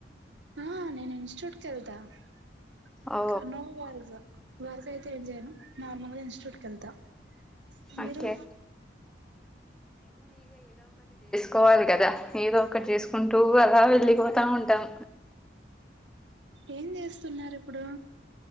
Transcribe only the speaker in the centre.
ఓ
ఓకే కోవాలి కదా ఏదో ఒకటి చేసుకుంటూ అలా వెళ్ళిపోతా ఉంటాం.